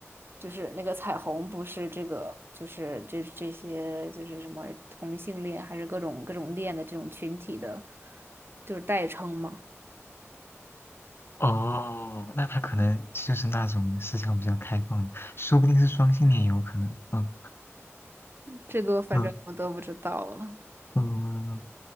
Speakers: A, on the right (about 50°); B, on the left (about 50°).
A: 就是那个彩虹不是这个，就是这这些就是什么同性恋还是各种各种恋的这种群体的，就是代称嘛。
B: 哦，那他可能就是那种思想比较开放的，说不定是双性恋也有可能。嗯
A: 这个反正我都不知道了。
B: 嗯嗯